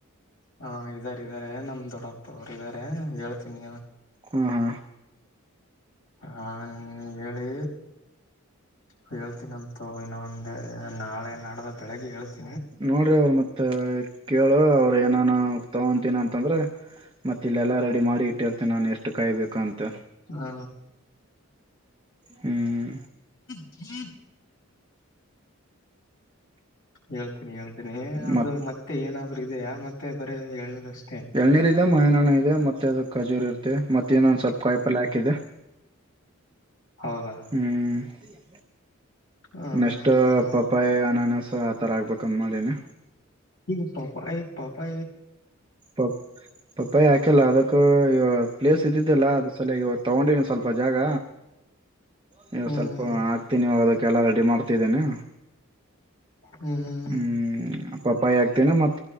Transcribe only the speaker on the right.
ಹಾ ಹಾ
ನೋಡ್ರಿ ಅವ್ರ ಮತ್ತ ಕೇಳು ಅವ್ರು ಏನಾನ ತೊಗೊತೀನ ಅಂತಂದ್ರೆ ಮತ್ತೆ ಇಲ್ಲೆಲ್ಲ ರೆಡಿ ಮಾಡಿ ಇಟ್ಟಿರ್ತೀನಿ ನಾನು ಎಷ್ಟು ಕಾಯಬೇಕಂತ
ಹ್ಮ್
ಮತ್
ಎಏನೇರ ಇದೆ ಮಯನಾ ಇದೆ ಮತ್ತೆ ಅದ ಕಜೂರಿ ಇತ್ತತೆ ಮತ್ತೆ ಏನ ಒಂದ ಸ್ವಲ್ಪ ಕಾಯಿಪಲ್ ಹಾಕಿದೆ
ಹ್ಮ್ ಹ
ನಷ್ಟ
ಪಾಪಾಯ ಅನಾನ ಸಹ ಆ ಥರ ಆಗ್ಬೇಕಂದು ಮಾಡೀನ
ಪ ಪಪ್ಪ ಯಾಕೆಲ್ಲ ಅದ ಇವಾಗ ಪ್ಲೇಸ್ ಇದ್ದಿದ್ದಿಲ್ಲ ಅದು ಸಲಯಾಗಿ ಇವಾಗ ತೊಗೊಂಡನ ಸ್ವಲ್ಪ ಜಾಗ ನೀ
ಸ್ವಲ್ಪ
ಹಾಕ್ತೀನಿವಾಗ ಅಕ್ಕೆಲ್ಲ ರೆಡಿ ಮಾಡ್ತಿದ್ದೇನೆ
ಹ್ಮ್ ಪಪ್ಪಾಯಿ ಆಗ್ತೀಿನ ಮತ್ತೆ ಇ